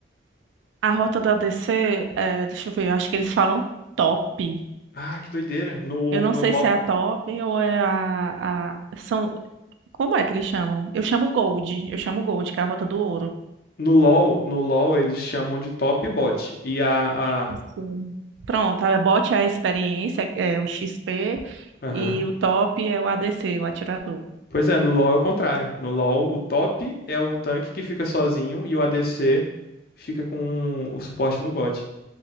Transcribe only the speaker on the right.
A rota do ADC, é, deixa eu ver, eu acho que eles falam top.
Eu não
sei
se é a top ou é a, a- São... Como é que eles chamam? Eu chamo Gold. Eu chamo Gold, que é a Rota do Ouro.
Isso.
Pronto, a bot é a experiência, é é o XP,
e o top é o ADC, o atirador.